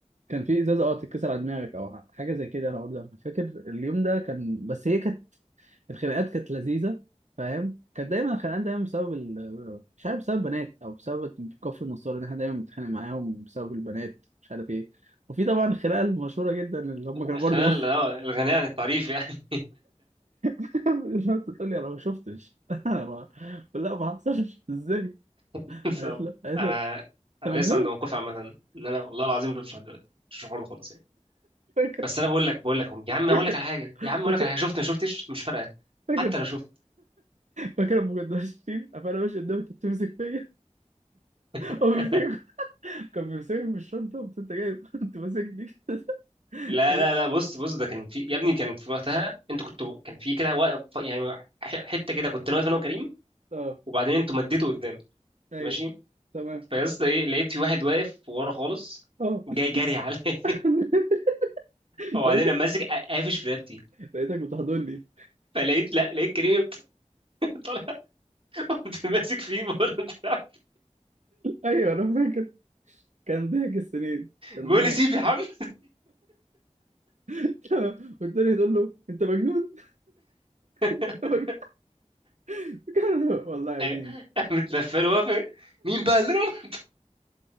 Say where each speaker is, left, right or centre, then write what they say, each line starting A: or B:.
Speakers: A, on the right; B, on the right.
A: كان في ازازه اه تتكسر على دماغك او حاجه زي كده انا برضه أنا فاكر اليوم ده كان بس هي كانت الخناقات كانت لذيذه فاهم كانت دايما الخناقات دايما بسبب ال... مش عارف بسبب بنات او بسبب كفر النصارى ان احنا دايما بنتخانق معاهم بسبب البنات مش عارف ايه وفي طبعا الخناقه المشهوره جدا اللي هم كانوا
B: الخناقه
A: برضو
B: اللي هو الغنية عن التعريف يعني
A: <laughs> مش شفت تقول لي انا ما شفتش <laughs> انا ما لا ما حصلش ازاي
B: <laughs>
A: قالت
B: طب
A: له قالت
B: انا
A: له انت
B: انا
A: مجنون
B: لسه عند موقفي عامه ان انا والله العظيم ما شفتش لحد دلوقتي مش شفتش الحوار ده خالص يعني
A: فاكر
B: بس انا بقول لك بقول لك يا عم
A: فاكر
B: اقول لك على حاجه يا عم اقول
A: فاكر
B: لك على حاجه شفت ما شفتش مش فارقه
A: فاكر
B: حتى لو شفت
A: فاكر لما كنا ماشيين فانا ماشي قدامك انت بتمسك فيا <laughs>
B: <laughs>
A: هو بيمسك كان بيمسكك بالشنطه قمت انت جاي كنت ماسك دي <laughs> كده.
B: لا
A: لا،
B: لا لا بص بص ده كان في يا ابني كان في وقتها انتوا كنتوا كان في كده واقف يعني ح- حته كده كنت انا واقف انا وكريم
A: اه
B: وبعدين انتوا مديتوا قدام
A: ايوه
B: ماشي
A: تمام
B: فيا اسطى ايه لقيت في واحد واقف ورا خالص
A: اه
B: جاي جري عليا <laughs>
A: <laughs>
B: وبعدين
A: لقيتك
B: انا ماسك قافش في رقبتي
A: لقيتك بتحضني
B: فلقيت لا لقيت كريمي <laughs> طالع قمت ماسك فيه برضه طلع.
A: ايوه انا فاكر كان ضحك السنين كان
B: بيقول
A: ضحك
B: لي سيب يا محمد
A: <laughs> والتاني تقول له انت مجنون
B: <laughs>
A: انت مجنون <laughs> والله
B: أيوة.
A: دي
B: قامت لفه له وافق مين بقى اللي رمى